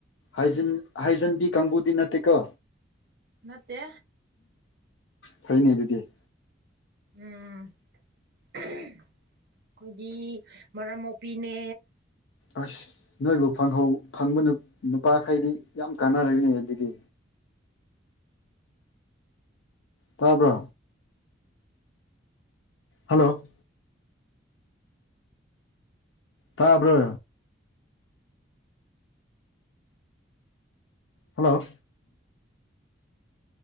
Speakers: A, on the left (about 80°); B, on the right (about 60°).
A: ꯍꯥꯏꯟ ꯍꯥꯏꯖꯤꯟꯗꯤ ꯀꯥꯡꯕꯨꯗꯤ ꯅꯠꯇꯦꯀꯣ
B: ꯅꯠꯇꯦ
A: ꯐꯩꯅꯦ ꯑꯗꯨꯗꯤ
B: ꯎꯝ ꯑꯩꯈꯣꯏꯒꯤ ꯃꯔꯝ ꯃꯨꯄꯤꯅꯦ
A: ꯑꯁ ꯅꯣꯏꯕꯨ ꯐꯪꯍꯧ ꯐꯪꯕ ꯅꯨ ꯅꯨꯄꯥꯈꯩꯗꯤ ꯌꯥꯝ ꯀꯥꯟꯅꯔꯅꯤ ꯑꯗꯨꯗꯤ ꯇꯥꯕ꯭ꯔꯣ ꯍꯜꯂꯣ ꯇꯥꯕ꯭ꯔꯣ ꯍꯜꯂꯣ